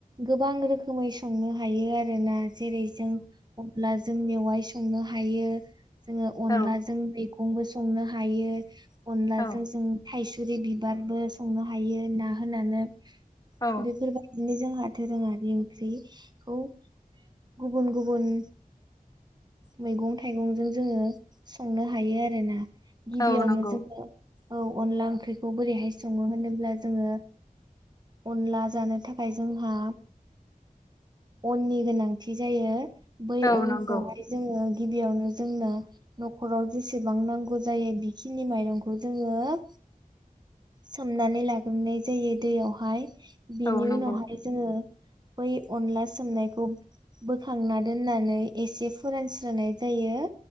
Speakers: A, on the right; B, on the left.
A: गोबां रोखोमै संनो हायो आरोोना जेरै जों अब्ला जों मेवाइ संनो हायो। जोङो अनलाजों
B: औ
A: मैगंबो संनो हायो, अनलाजों
B: औ
A: जों थाइसुरि बिबारबो संनो हायो ना होनानै
B: औ
A: बेफोरबायदिनो। जोंहा दोरोङारि ओंख्रिखौ गुबुन गुबुन मैगं थाइगंजों जोङो संनो हायो आरोोना, गिबियावनो
B: औ नंगौ
A: जोङो औ अनला ओंख्रिखौ बोरैहाय सङो होनोब्ला जोङो? अनला जानो थाखाय जोंहा अननि गोनांथि जायो, बै
B: औ
A: अनखौ
B: नंगौ
A: जोङो गिबियावनो जोंनो न'खराव जेसेबां नांगौ जायो बेखिनि माइरंखौ जों दा
B: <inaudible>
A: सोमनानै लाग्रोनाय जायो दैयावहाय बेनि
B: औ नंगौ
A: उनावहाय जोङो बै अनला सोमनायखौ बोखांना दोननानै एसे फोरानस्रोनाय जायो